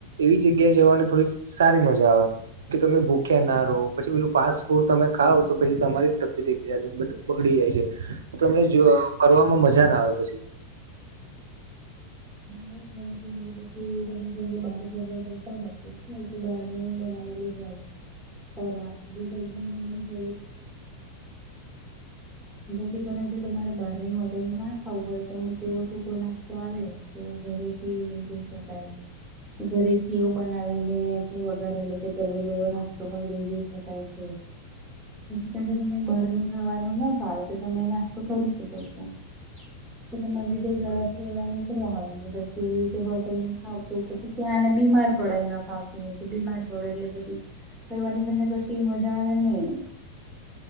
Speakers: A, on the right (about 65°); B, on the right (about 15°).
A: એવી જગ્યાએ જવાની થોડીક સારી મજા આવે કે તમે ભૂ. કે નારો પછી પેલું ફાસ્ટ ફૂડ તમે ખાવ તો પછી તમારી તબિયત બગડી જાય છે. તમે જો ફરવામાં મજા ના આવે પછી. <unintelligible>
B: મ પછી તમે જયારે બહાર ફરવા જતા હોશો બહાર ને બનાવેલું્ ખોરાક દધ એકદમ મછ <inaudible> જેથી કરીને તમારે બહારની હોટેલ ના ખાવું હોય તો અમુક એવો. સુખો નાખતો આવે કે ઘરેથી લ‌ઇ જ‌ઇ શકાય‌. ઘરેથી એવું બનાવી ને વઘારેલો કે કરવેલો એવો નાસ્તો હોય લઈ જોઈ શકાય છે.
A: <unintelligible>
B: તમે મને બારનું ખાવાનું ના ફાવે તો તમે એ નાસ્તો કરી શકો છો.
A: <unintelligible>
B: તો તમારે લીઘે પ્રવાસ. વા નીકળ્યા હોય ને પછી એવી રીતે હો ખાવતું પછી ત્યાંને બીમાર પડે ન ખાવત- તો બિમાર પડો એટલે પછી ફરવા ની તમને પછી મજા આવે ન‌ઇ.